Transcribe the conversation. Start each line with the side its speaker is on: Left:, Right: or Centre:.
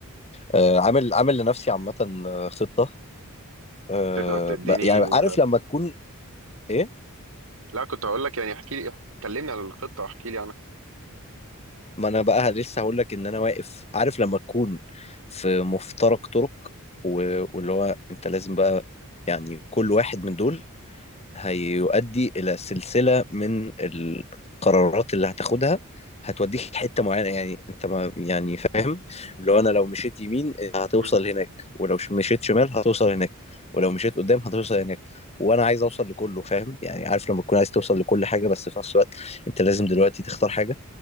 Left: أه عامل عامل لنفسي عامه آه، خطه أه
Right: تقدر تديني
Left: بق- يعني عارف لما تكون ايه
Right: لا كنت هقول لك يعني احكي لي كلمني عن الخطه واحكي لي عنها
Left: ما انا بقى لسه هقول لك ان انا واقف عارف لما تكون في مفترق طرق و- واللي هو انت لازم بقى يعني كل واحد من دول هيؤدي الى سلسله من القرارات اللي هتاخدها هتوديك حته معينه يعني انت ما يعني فاهم لو انا لو مشيت يمين هتوصل
Right: مم.
Left: هناك ولو ش- مشيت شمال هتوصل هناك ولو مشيت قدام هتوصل هناك وانا عايز اوصل لكله فاهم يعني عارف لما تكون عايز توصل لكل حاجه بس في نفس الوقت انت لازم دلوقتي تختار حاجه